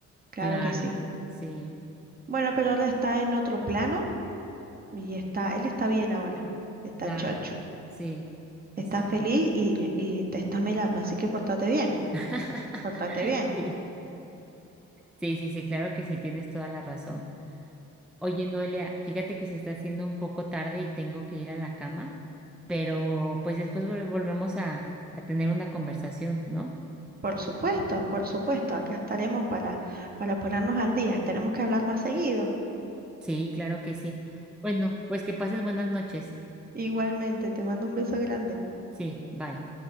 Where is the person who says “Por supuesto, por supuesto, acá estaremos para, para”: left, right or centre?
Right